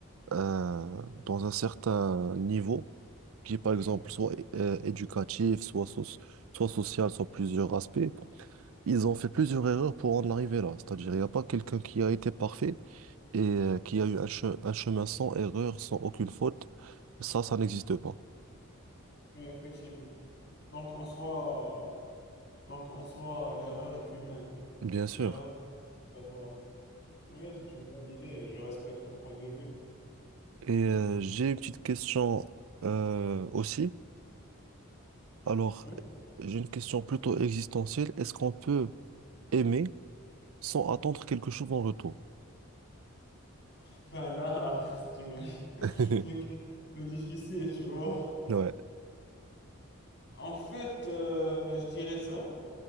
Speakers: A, on the right; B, on the left.
A: euh, dans un certain niveau, qui est par exemple
B: oui,
A: soit euh, éducatif, soit, soci- soit social, soit plusieurs aspects, ils ont fait plusieurs erreurs pour en arriver là. C'est-à-dire, il n'y a pas quelqu'un qui a été parfait et euh, qui a eu un, che- un chemin sans erreur, sans aucune faute. Ça, ça n'existe pas.
B: ouais, effectivement. Donc, en soi. Donc, en soi, l'erreur est humaine.
A: Bien sûr.
B: L'erreur est obligatoire. Oui, c'est une bonne idée. et Je respecte ton point de vue.
A: Et euh, j'ai une petite question euh, aussi. Alors,
B: Oui.
A: j'ai une question plutôt existentielle. Est-ce qu'on peut aimer sans attendre quelque chose en retour?
B: Enfin, là, <laughs> c'est une <laughs>
A: <laughs>
B: c'est une question difficile, tu vois.
A: Ouais,
B: En fait, euh, je dirais ça.